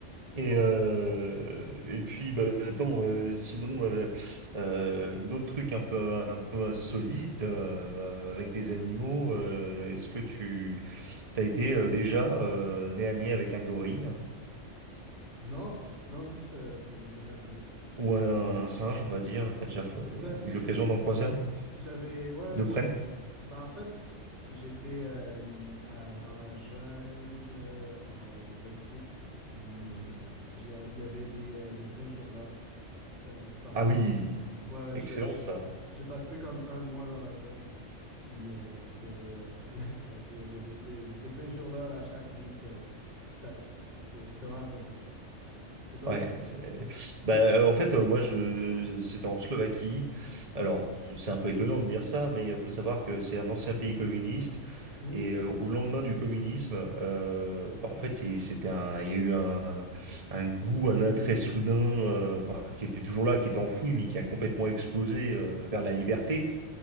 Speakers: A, on the right; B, on the right.
A: Et
B: Bon,
A: euh,
B: ben,
A: et puis, bah, attends, euh, sinon euh, euh, d'autres trucs un peu un peu insolites euh, avec des animaux. euh, est-ce que tu t'as été euh, déjà euh, nez à nez avec un gorille? hein?
B: non, c- non, ça, ça, ça m'est jamais arrivé.
A: Ou un, un singe, on va dire. T'as déjà f-
B: Ben, j'ai,
A: eu l'occasion
B: j'ai vu
A: d'en croiser un
B: J'avais, ouais,
A: de
B: j'ai.
A: près?
B: Ben, en fait, j'étais euh, à- dans la jungle euh, au Mexique, puis euh, j'ai- il y avait des, euh, des singes-hurleurs euh, partout
A: Ah oui,
B: autour. Ouais,
A: excellent
B: je- je-
A: ça.
B: j'ai passé comme un mois dans la jungle, puis euh, puis il y avait, euh, <laughs> il y a- ouais, c'est- il y avait des, des, des singes-hurleurs à chaque nuit que ça, c'était c'était vraiment impressionnant. Et toi?
A: Ouais, c'est... Bah, euh, en fait, euh, moi, je... c'est en Slovaquie. Alors, c'est un peu étonnant de dire ça, mais il faut savoir que c'est un ancien pays communiste.
B: Mhm.
A: Et euh, au lendemain du communisme, euh, bah, en fait, il- c'était un... il y a eu un, un goût, un attrait soudain, euh, enfin, qui était toujours là, qui était enfoui, mais qui a complètement explosé euh, vers la liberté.